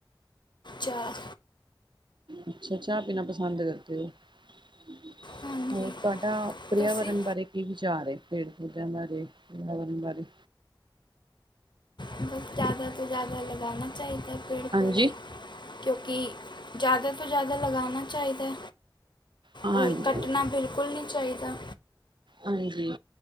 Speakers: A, on the left; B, on the right.
A: ਚਾਹ।
B: ਅੱਛਾ ਚਾਹ ਪੀਣਾ ਪਸੰਦ ਕਰਦੇ ਓ
A: ਹਾਂਜੀ
B: ਹੋਰ ਤਾਡਾ ਪਰਿਆਵਰਨ
A: ਤੁਸੀਂ
B: ਬਾਰੇ। ਕੀ ਵਿਚਾਰ ਏ, ਪੇੜ- ਪੌਦਿਆਂ ਬਾਰੇ, ਪਰਾਵਰਨ ਬਾਰੇ।
A: ਬਸ ਜ਼ਿਆਦਾ ਤੋਂ ਜ਼ਿਆਦਾ ਲਗਾਨਾ ਚਾਹੀਦਾ ਪੇੜ
B: ਹਾਂਜੀ
A: ਪੌਦੇ। ਕਿਉਂਕਿ, ਜ਼ਿਆਦਾ ਤੋਂ ਜ਼ਿਆਦਾ ਲਗਾਣਾ ਚਾਹੀਦਾ।
B: ਹਾਂਜੀ
A: ਹੋਰ ਕੱਟਣਾ ਬਿਲਕੁਲ ਨੀ ਚਾਹੀਦਾ।
B: ਹਾਂਜੀ।